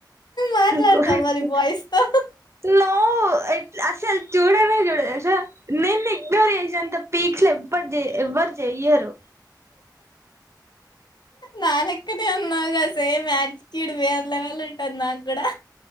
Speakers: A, on the left (about 70°); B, on the right (about 35°).
A: మాట్లాడతాం
B: కోయేడే
A: మరి బాయ్స్ తో
B: నో అసల్ చుడనే జూడ తెల్సా నేనిగ్నోర్జేషేంత పీక్స్లు ఎవ్వర్జెయ్యారు
A: నాలేక్కనే ఉన్నావుగా సేమ్ యాస్ తిడువే లావాళ్ళా ఉంటారు నాకు కూడా